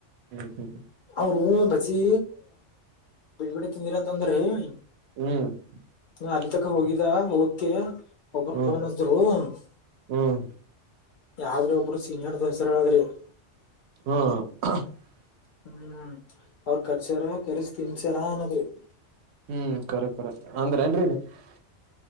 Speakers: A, on the right (about 65°); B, on the left (about 60°).
A: ಹ್ಮ್, ಹ್ಮ್, ಹ್ಮ್. <inaudible>
B: ಅವರು, ಮಚ್ಚಿ, ಬಿಟ್ಟು ಬರ್ತೀನಿ ಅಂದ್ರು. <inaudible>
A: ಹ್ಮ್. <inaudible>
B: ಅಲ್ಲಿ ತನಕ ಹೋಗಿದ್ದ? ಓಕೆ ಒಬ್ರು,
A: ಹ್ಮ್ ಹ್ಮ್
B: ಫೋನ್ ಹಚ್ಚಿದ್ರು.
A: ಹ್ಮ್
B: <inaudible> ಯಾವ್ದ್ರ, ಒಬ್ರು ಸೀನಿಯರ್, ಹೆಸರು ಹೇಳದಿರಿ? <inaudible>
A: ಹ್ಮ. <unintelligible>
B: ಹ್ಮ್, ಅವ್ರ, ಕರ್ಸಿದ್ದೀರಾ, ಕರ್ಸ್ತೀನೀ, ಸರ್, ಅನ್ನೋದು. <inaudible>
A: ಹ್ಮ್, ಕರಕರ ಅಂದ್ರೆ ಈಗ. <unintelligible>